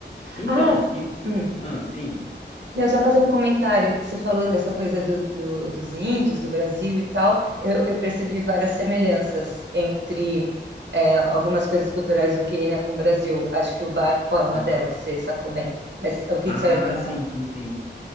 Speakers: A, on the left (about 35°); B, on the right (about 70°).
A: Então,
B: Ah,
A: e...
B: hum.
A: Ah, sim.
B: Não, só fazer um comentário. que Você falou dessa coisa do, do- dos índios, do Brasil e tal. Eu, eu percebi várias semelhanças entre é, algumas coisas culturais do Quênia com o Brasil. Acho que o barco é uma
A: Aham.
B: delas, você sacou bem. Mas o que
A: Ah,
B: que você vai perguntar?
A: sim, sim, sim.